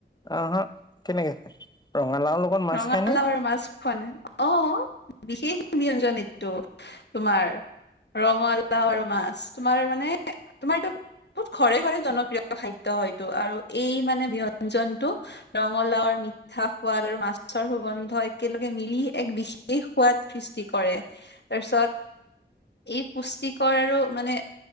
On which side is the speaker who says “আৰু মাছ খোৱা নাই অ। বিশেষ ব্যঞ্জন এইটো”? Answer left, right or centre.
Left